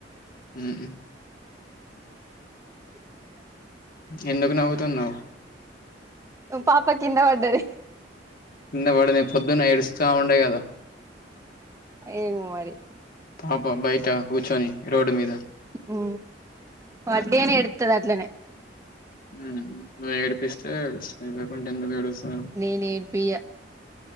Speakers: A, on the left (about 50°); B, on the right (about 15°).
A: ఉ ఎందుకు నవ్వుతున్నావు
B: పాప కింద పడ్డది
A: కింద పడింది పొద్దున ఎడుస్తా ఉండే కదా
B: ఏమో మరి
A: పాప బయట కూర్చొని రోడ్ మీద
B: ఉ వడ్డీనే ఎడతది అట్లనే
A: ఉ నువ్ ఏడిపిస్తే ఏడుస్తది లేకుంటే ఎందకు ఏడుస్త
B: నేను ఏడిపియ్య